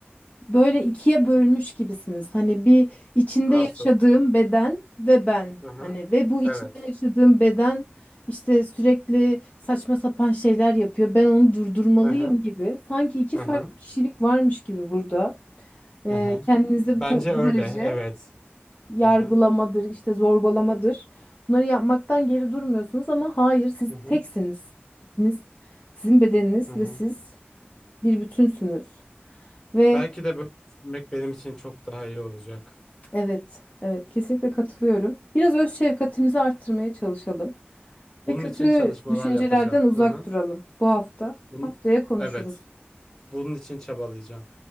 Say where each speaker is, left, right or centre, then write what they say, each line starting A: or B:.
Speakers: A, on the left; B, on the left.
A: böyle ikiye bölmüş gibisiniz. Hani bir içinde
B: Nasıl?
A: yaşadığım beden ve ben.
B: Hı hı.
A: Hani ve bu içinde
B: Evet.
A: yaşadığım beden işte sürekli saçma sapan şeyler yapıyor. Ben onu durdurmalıyım
B: Hı hı.
A: gibi. Sanki iki
B: Hı
A: farklı
B: hı.
A: kişilik varmış gibi burada. Ee,
B: Hı hı.
A: kendinize
B: Bence
A: bu, ka- bu
B: öyle.
A: derece
B: Evet.
A: yargılamadır,
B: Hı hı.
A: işte zorbalamadır. Bunları yapmaktan geri durmuyorsunuz ama hayır siz
B: Hı hı.
A: teksiniz. Siz, sizin bedeniniz
B: Hı hı.
A: ve siz bir bütünsünüz. Ve
B: Belki de böyle düşünmek benim için çok daha iyi olacak.
A: evet, evet kesinlikle katılıyorum. Biraz öz şefkatimizi arttırmaya çalışalım.
B: Bunun
A: Ve kötü
B: için çalışmalar
A: düşüncelerden
B: yapacağım.
A: uzak
B: Hı hı.
A: duralım bu hafta.
B: Bun
A: Haftaya konuşuruz.
B: evet. Bunun için çabalayacağım.